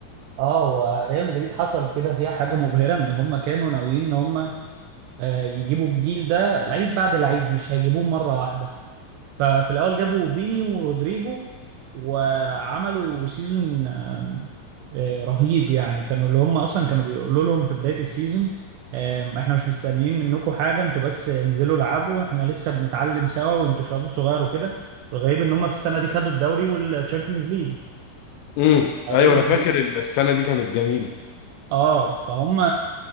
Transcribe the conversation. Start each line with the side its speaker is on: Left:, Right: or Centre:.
Right: اه وريال مدريد حصل كده فيها حاجه مبهره ان هم كانوا ناويين ان هم آه، يجيبوا الجيل ده لعيب بعد لعيب مش هيجيبوه مره واحده ففي الاول جابوا فيني ورودريجو وعملوا سيزون آم، آه، رهيب يعني كانوا اللي هم اصلا كانوا بيقولوا لهم في بدايه السيزون آم، احنا مش مستنيين منكم حاجه انتوا بس انزلوا العبوا احنا لسه بنتعلم سوا وانتوا شباب صغير وكده الغريب ان هم في السنه دي خدوا الدوري والتشامبيونز ليج
Left: امم
Right: ريال
Left: ايوه انا
Right: مدريد
Left: فاكر السنه دي كانت جميله
Right: اه فهم